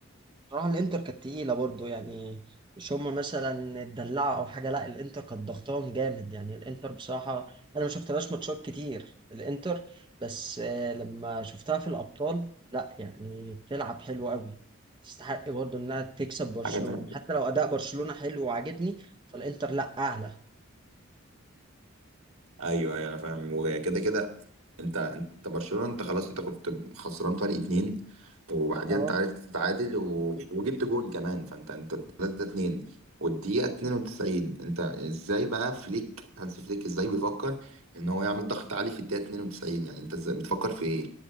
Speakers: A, on the right (about 20°); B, on the right (about 85°).
A: بصراحه الانتر كانت تقيله برضو يعني مش هما مثلا اتدلعوا او حاجه لا الانتر كانت ضغطاهم جامد يعني الانتر بصراحه انا ما شفتلهاش ماتشات كتير الانتر بس آه، لما شفتها في الابطال لا يعني بتلعب حلو قوي تستحق برضو انها تكسب برشلونه
B: حاجة تانية
A: حتى لو اداء برشلونه حلو وعاجبني فالانتر لا اعلى
B: ايوه ايوه انا فاهم وكده كده انت انت برشلونه انت خلاص انت كنت خسران فرق اتنين وبعدين
A: اه
B: انت عرفت تتعادل و... وجبت جون كمان فانت انت 3 2 والدقيقه 92 انت ازاي بقى فليك هانس فليك ازاي بيفكر ان هو يعمل ضغط عالي في الدقيقه 92 يعني انت ازاي بتفكر في ايه؟